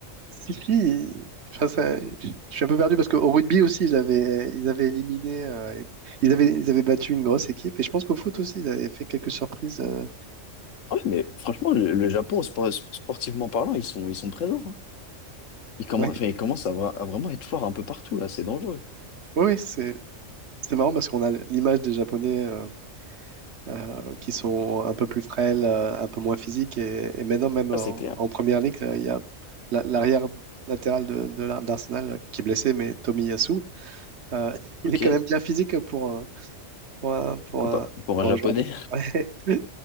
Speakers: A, on the right; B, on the left.
A: Si, si, enfin, ça- je suis un peu perdu parce qu'au rugby aussi, ils avaient, ils avaient éliminé, euh, ils avaient, ils avaient battu une grosse équipe et je pense qu'au foot aussi, ils avaient fait quelques surprises. euh.
B: Ouais, mais franchement, le, le Japon, spor- sportivement parlant, ils sont, ils sont présents. hein. Ils commencent,
A: Oui,
B: enfin, ils commencent à, vra- à vraiment être forts un peu partout, là. C'est dangereux.
A: oui, oui, c'est, c'est marrant parce qu'on a l'image des Japonais. euh, euh, qui sont un peu plus frêles, euh, un peu moins physiques. Et, et maintenant, même en,
B: Ah, c'est clair.
A: en première ligue, euh, il y a la- l'arrière latéral de, de l'Ar- d'Arsenal qui est blessé, mais Tommy Yasu, <laughs> il
B: Ok.
A: est quand même bien physique pour un, pour un, pour
B: Ah, bah,
A: un,
B: pour
A: pour
B: un Japonais,
A: un joueur de prêt. <laughs> Ouais.